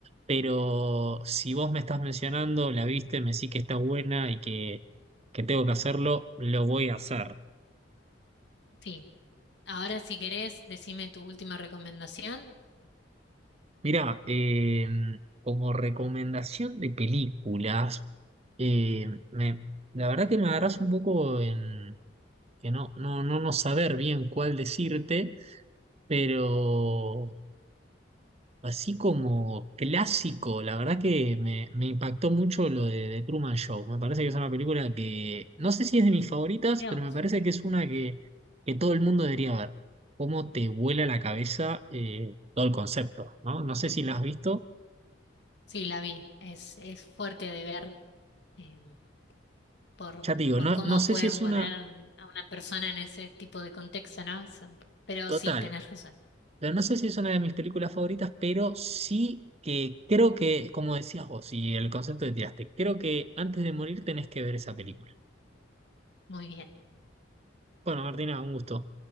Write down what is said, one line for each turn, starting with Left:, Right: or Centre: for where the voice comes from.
Right: pero si vos me estás mencionando, la viste, me decís que está buena y que, que tengo que hacerlo, lo voy a hacer.
Left: Sí. Ahora, si querés, decime tu última recomendación.
Right: Mirá, eh, como recomendación de películas, eh, me- la verdad que me agarras un poco en que no, no, no, no saber bien cuál decirte, pero así como clásico, la verdad que me, me impactó mucho lo de, The Truman Show. Me parece que es una película que, no sé si es de mis favoritas,
Left: Creo.
Right: pero me parece que es una que, que todo el mundo debería ver. Cómo te vuela la cabeza eh, todo el concepto, ¿no? No sé si la has visto.
Left: Sí, la vi. Es, es fuerte de ver em, por,
Right: Ya te digo,
Left: por
Right: no,
Left: cómo
Right: no sé
Left: pueden
Right: si es
Left: poner
Right: una
Left: a una persona en ese tipo de contexto, ¿no? Eso- pero
Right: total,
Left: sí, tenés razón.
Right: pero no sé si es una de mis películas favoritas, pero sí que creo que, como decías vos, y el concepto que tiraste, creo que antes de morir tenés que ver esa película.
Left: Muy bien.
Right: Bueno, Martina, un gusto.